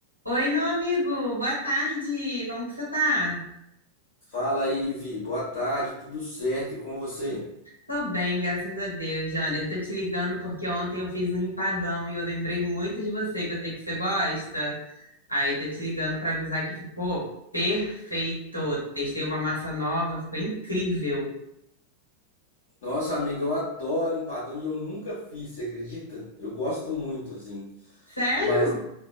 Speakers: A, on the left (about 85°); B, on the left (about 55°).
A: Oi, meu amigo, boa tarde. Como que você tá?
B: Fala aí, Ivi. Boa tarde, tudo certo e com você?
A: Tô bem, graças a Deus, Jander. Tô te ligando porque ontem eu fiz um empadão e eu lembrei muito de você, que eu sei que você gosta. Aí tô te ligando para avisar que ficou perfeito. Testei uma massa nova, ficou incrível.
B: Nossa, amiga, eu adoro empadão e eu nunca fiz, você acredita? Eu gosto muito, assim.
A: Sério?
B: Mas